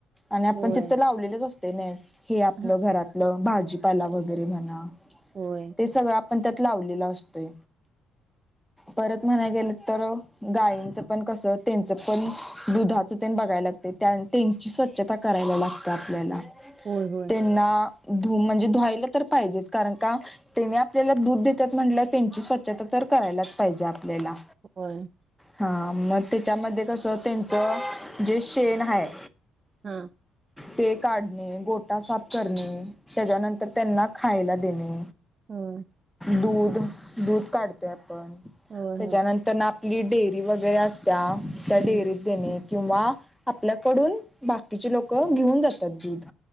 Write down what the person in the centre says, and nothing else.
आणि आपण
तिथं लावलेलंच अस तेने. हे आपलं
घरातलं भाज भाजीपाला वगैरे म्हणा
ते सगळ- पण त्यात लावलेला असतोय परत म्हणाय गेलं तर गायींचं पण कस त्यांच पण दुधाच ते बघायला लागते त्यांची स्वच्छता करायला लागते आपल्याला
त्यांना धु म्हणजे धुवायला तर पाहिजेच कारण का त्यांनी आपल्याला दूध देतात म्हटलं त्यांची स्वच्छता तर करायलाच करायलाच ला
हा मग त्याच्यामध्ये कसं त्यांच जे शेण हाय
ते काढणे गोटा साफ करणे त्याच्यानंतर त्यांना खायला देणे
दूध दूध काढते आपण
त्याच्यानंतर
ना डेअरी वगैरे अस त्या
डेअरीत कनि किंवा आपल्याकडून बाकीचे लोक घेऊन जातात दूध